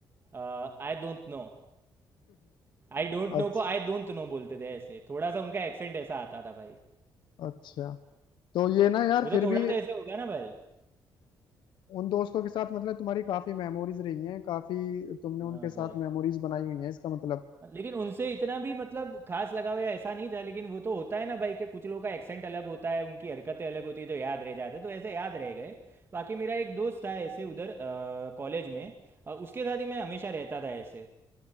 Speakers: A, on the right; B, on the left.
A: I don't know I don't know
B: अच्छा
A: को आई डोंट नो बोलते थे ऐसे थोड़ा सा उनका एक्सेंट ऐसा आता था भाई
B: अच्छा तो ये ना यार
A: वो तो
B: फिर
A: थोड़ा
B: भी
A: तो ऐसे होगा ना भाई
B: उन दोस्तों के साथ मतलब तुम्हारी काफी मेमोरीज रही हैं काफी तुमने उनके
A: हाँ भाई
B: साथ मेमोरीज बनाई हुई हैं इसका मतलब
A: लेकिन उनसे इतना भी मतलब खास लगाव या ऐसा नहीं था लेकिन वो तो होता है ना भाई कि कुछ लोगों का एक्सेंट अलग होता है उनकी हरकतें अलग होती है तो याद रह जाते हैं, तो ऐसे याद रह गए बाकी मेरा एक दोस्त था ऐसे उधर कॉलेज में अ, उसके साथ ही मैं हमेशा रहता था ऐसे